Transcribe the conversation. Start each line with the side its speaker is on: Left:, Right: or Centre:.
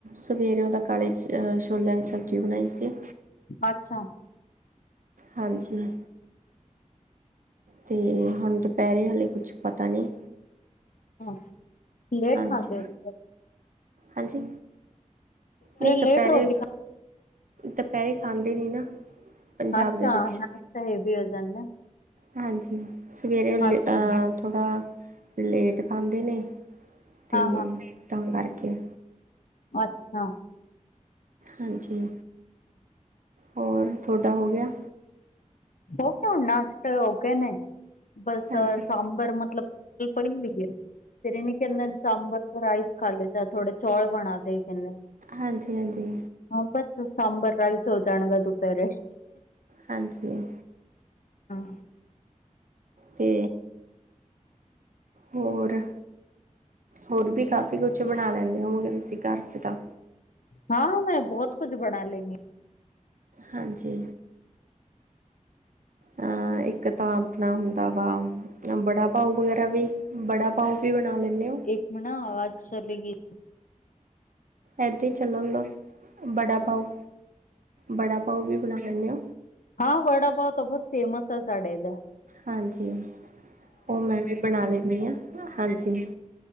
Right: ਸਵੇਰੇ ਉਹਦਾ, ਕਾਲੇ ਛੋਲਿਆਂ ਦੀ, ਸਬਜ਼ੀ ਬਣਾਈ ਸੀ।
Left: ਅੱਛਾ।
Right: ਹਾਂਜੀ। ਤੇ ਹੁਣ, ਦੁਪਹਿਰੇ, ਹਾਲੇ ਕੁਛ ਪਤਾ ਨਹੀਂ।
Left: ਹਾਂ। ਲੇਟ
Right: ਹਾਂਜੀ।
Left: ਖਾਂਦੇ ਹੋ ਤੁਸੀਂ
Right: ਹਾਂਜੀ। ਨਹੀਂ ਦੁਪਹਿਰੇ।
Left: ਲੇਟ ਰੋਟੀ ਖਾ
Right: ਦੁਪਹਿਰੇ, ਖਾਂਦੇ ਨੀ, ਨਾ। ਪੰਜਾਬ
Left: ਅੱਛਾ,
Right: ਦੇ
Left: ਅਾ
Right: ਵਿੱਚ
Left: ਹੈ ਵੀ, ਹੋ ਜਾਂਦਾ।
Right: ਹਾਂਜੀ। ਸਵੇਰੇ ਵੇਲੇ
Left: ਅੱਛਾ
Right: ਤਾਂ, ਥੋੜਾ ਲੇਟ ਖਾਂਦੇ ਨੇ। ਤੇ,
Left: ਹਾਂ
Right: ਤਾਂ ਕਰਕੇ।
Left: ਅੱਛ-
Right: ਹਾਂਜੀ। ਹੋਰ, ਤੁਹਾਡਾ ਹੋ ਗਿਆ?
Left: ਹੋਣ, ਨਾਸ਼ਟ ਹੋ ਗਏ ਨੇ, ਬਸ
Right: ਹਾਂਜੀ
Left: ਸਬਰ ਮਤਲਬ। ਪਣੀ ਨਹੀਂ ਹੈ <unintelligible> ਫੇਰ ਇਹ ਨ ਕਹਿੰਦੇ, ਸਾਂਬਰ ਤੇ ਰਾਈਸ ਖਾ ਲਤਾ ਥੋੜੇ ਚੌਲ ਬਣਾ ਦੇ, ਕਹਿੰਦਾ।
Right: ਹਾਂਜੀ- ਹਾਂਜੀ।
Left: ਹਾਂ ਬਸ, ਸਾਂਬਰ ਰਾਈਸ, ਹੋ ਜਾਣਗਾ ਦੁਪਹਿਰੇ।
Right: ਹਾਂਜੀ।
Left: ਹਾਂ।
Right: ਤੇ, ਹੋਰ? ਹੋਰ ਵੀ ਕਾਫੀ ਕੁਛ, ਬਣਾ ਲੈਂਦੇ ਹੋਵਗੇ, ਤੁਸੀਂ ਘਰ ਚ ਤਾਂ।
Left: ਹਾਂ, ਮੈਂ, ਬਹੁਤ ਕੁੱਝ, ਬਣਾ ਲੈਂਣੀ
Right: ਹਾਂਜੀ। ਅਹ, ਇੱਕ ਤਾਂ ਆਪਣਾ, ਹੁੰਦਾ ਵਾ, ਤੇ ਏ ਬੜਾ ਪਾਓ। ਤੁਸੀਂ ਬੜਾ ਪਾਓ ਵੀ ਬਣਾ ਲੈਂਦੇ ਹੋ
Left: ਇੱਕ ਮ ਨਾ ਆਵਾਜ਼ ਚਲੀ ਗਈ
Right: ਇਦੇ ਹੀ ਚੱਲਣੁੰਦਾ ਵੜਾ ਪਓ ਵੜਾ ਪਓ ਵੀ ਬਣਾ ਲੈਂਦੇ ਹ
Left: ਹਾਂ, ਵੜਾ, ਪਾਓ ਤਾਂ, ਬਹੁਤ ਫੇਮਸ ਹੈ। ਸਾਡੇ ਦਾ।
Right: ਹਾਂਜੀ, ਉਹ ਮੈਂ ਵੀ, ਬਣਾ ਲੈਂਦੀ ਹਾਂ। ਹਾਂਜੀ।